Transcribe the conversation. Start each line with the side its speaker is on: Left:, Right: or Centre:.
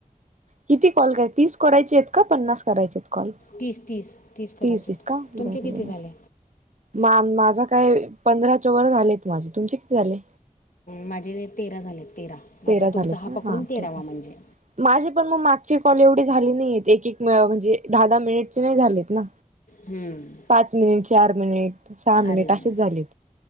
Right: किती कॉल कररा तीच करायची का पन्नास करायचे कॉल
Left: तीस तीस करायचे
Right: तीस आहेत का बरोबर
Left: तुमचे किती
Right: आहे
Left: झाले
Right: मा माझा काय पंधरा च वर झालेत माझे तुमचे किती झाले
Left: माझे तेरा झाले तेरा
Right: तेरा
Left: आता
Right: झालेत
Left: तुमचा हा
Right: ना
Left: पकडून तेरावा
Right: ठीक
Left: म्हणजे
Right: माझे पण मग मागची कॉल एवढी झाली नाही एक एके म्हणजे दहा दहा मिनिट नाही झालेत ना
Left: हम्म.
Right: पाच मिनिट चार मिनिट सहा मिनिट
Left: अरे
Right: असेच झालेत